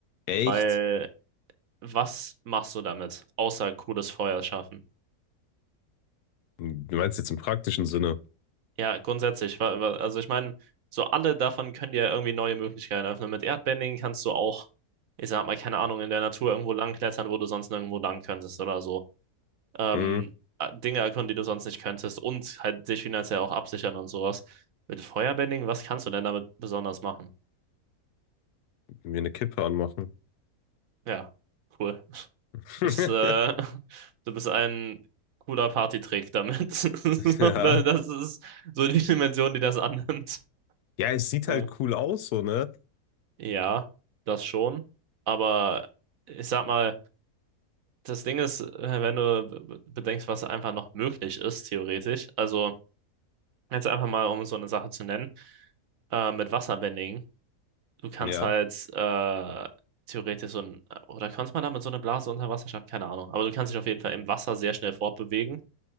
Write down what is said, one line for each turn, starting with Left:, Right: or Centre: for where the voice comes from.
Left: Echt?
Right: weil was machst du damit, außer cooles Feuer schaffen?
Left: Du meinst jetzt im praktischen Sinne?
Right: Ja, grundsätzlich. wa- wa- Also ich meine, so alle davon können dir ja irgendwie neue Möglichkeiten öffnen. Mit Erdbending kannst du auch, ich sag mal, keine Ahnung, in der Natur irgendwo langklettern, wo du sonst nirgendwo lang könntest oder so. Ähm,
Left: Hm,
Right: äh, Dinge erkunden, die du sonst nicht könntest und halt dich finanziell auch absichern und sowas. Mit Feuerbending, was kannst du denn damit besonders machen?
Left: mir eine Kippe anmachen.
Right: Ja, cool.
Left: <laughs>
Right: bist, äh, <laughs> du bist ein cooler Partytrick damit. <laughs> So,
Left: Ja.
Right: da- Das ist so die Dimension, die das annimmt.
Left: Ja, es sieht
Right: Ja.
Left: halt cool aus, so, ne?
Right: Ja, das schon. Aber ich sag mal, das Ding ist, äh, wenn du be- bedenkst, was einfach noch möglich ist, theoretisch. Also, jetzt einfach mal, um so eine Sache zu nennen, äh, mit Wasserbending. Du kannst
Left: Ja.
Right: halt äh, theoretisch so ein, oder kannst man damit so eine Blase unter Wasser schaffen? Keine Ahnung. Aber du kannst dich auf jeden Fall im Wasser sehr schnell fortbewegen.